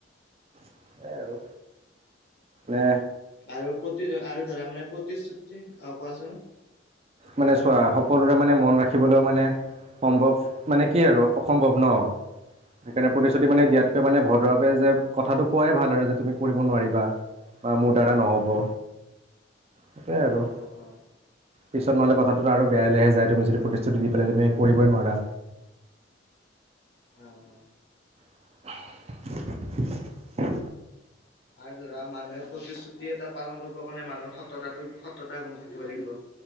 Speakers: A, on the right; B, on the left.
A: স আৰু নে
B: আৰু প্ৰতি আৰু ধৰা মানে প্ৰতিশ্ৰুতি আহ কোৱাচোন
A: মানে চোৱা সকলোৰে মানে মন ৰাখিবলৈও মানে সম্ভৱ মানে কি আৰু অসম্ভৱ ন সেইকাৰণে প্ৰতিশ্ৰুতি মানে দিয়াতকৈ মানে ভদ্ৰাৱে যে কথাটো কোৱাই ভাল আৰু যে তুমি কৰিব নোৱাৰিবা বা মোৰ ডাৰাা নহ'ব
B: <inaudible>
A: সেইটোৱাই আৰু
B: অ অ
A: পিছত মালে কথাটোত আৰু বেয়া লোয়
B: সেইটোৱে
A: তুমি যদি প্ৰতিশুতি দি পেলাই তুমি কৰিবই নোৱাৰা
B: আহ আহ
A: <inaudible>
B: আৰু ধৰা মানুহে প্ৰতিশ্ৰুতি এটা পালন কৰিব কাৰণে মানুহৰ সতা সততা গুণ থাকিব লাগিব